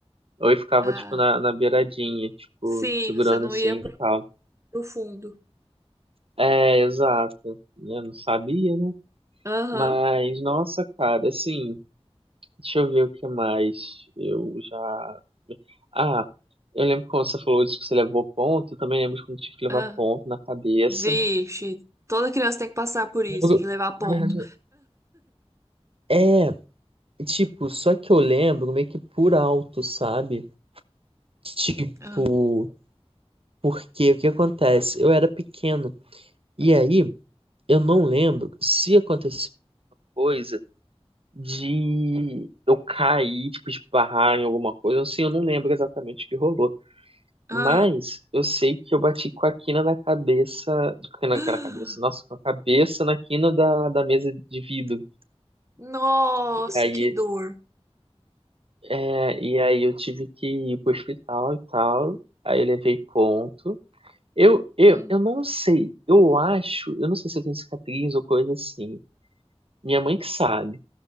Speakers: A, on the right (about 60°); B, on the right (about 25°).
A: Ou eu ficava,
B: Ah.
A: tipo, na, na beiradinha, tipo,
B: Sim,
A: segurando
B: você não
A: assim
B: ia pro
A: e tal.
B: pro fundo.
A: É, exato. né, Não sabia, né?
B: Aham.
A: Mas, nossa, cara, assim. Deixa eu ver o que mais eu já. Ah, eu lembro quando você falou disso que você levou ponto, eu também lembro de quando eu tive que levar
B: ah.
A: ponto na cabeça.
B: Vixe, toda criança tem que passar por isso,
A: Lembro-
B: de levar ponto.
A: Na verdade, é, tipo, só que eu lembro meio que por alto, sabe? Tipo,
B: Ah,
A: porque o que acontece? Eu era pequeno, e aí eu não lembro se aconteceu Coisa de eu cair, tipo, de barrar em alguma coisa, assim, eu não lembro exatamente o que rolou.
B: ah,
A: Mas eu sei que eu bati com a quina da cabeça. Com
B: <gasps>
A: a
B: ah.
A: cabeça, nossa, com a cabeça na quina da, da mesa de vidro.
B: Nossa,
A: E aí,
B: que dor.
A: é, e aí eu tive que ir pro hospital e tal. Aí eu levei ponto. Eu, eu,
B: Ah.
A: eu não sei, eu acho, eu não sei se eu tenho cicatriz ou coisa assim. Minha mãe que sabe.